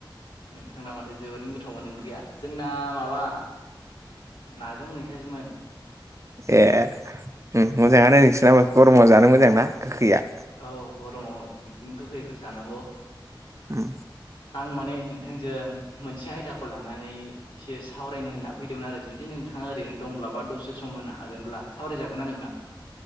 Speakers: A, on the left; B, on the right.
A: नोंथांना माथो जोबोरैनो गोथावमोन ओंख्रिया जोंना माबा नाजों मैथासोमोन
B: ए मोजाङानो नोंसोरना गरमाव जानो मोजां नना गोखैया
A: औ गरमाव बिदिनो गोखैफोर जानांगौ
B: औ
A: आं माने नोंथांजों मोनसे आयदाखौ लानानै एसे सावरायनो होनना फैदोंमोन आरो जुदि नोंथाङा ओरैनो दंब्ला बा दसे सम होनो हागोनब्ला सावरायजागोन नना नोंथां